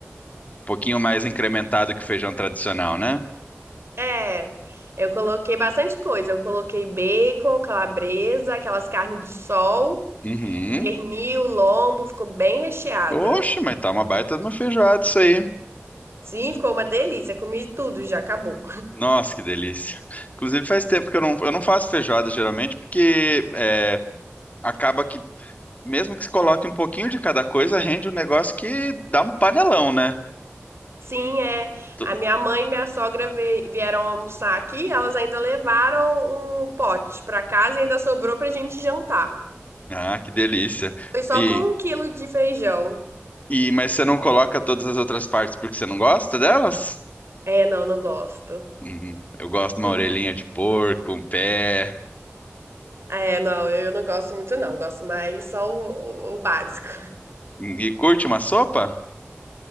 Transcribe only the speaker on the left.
um pouquinho mais incrementado que o feijão tradicional, né?
Uhum.
Oxe, mas tá uma baita de uma feijoada isso aí.
Nossa, que delícia. Inclusive, faz tempo que eu não, eu não faço feijoada geralmente, porque é, acaba que, mesmo que se coloque um pouquinho de cada coisa, rende um negócio que dá um panelão, né?
To-
Ah, que delícia.
E,
e mas você não coloca todas as outras partes porque você não gosta delas?
Uhum. Eu gosto de
uma orelhinha de porco, um pé.
E curte uma sopa?